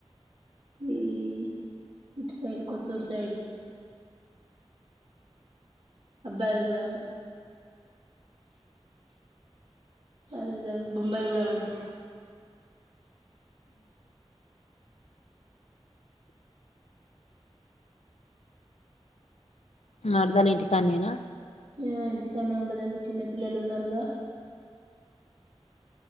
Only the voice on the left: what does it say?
మరదలు ఇంటి కాన్నేనా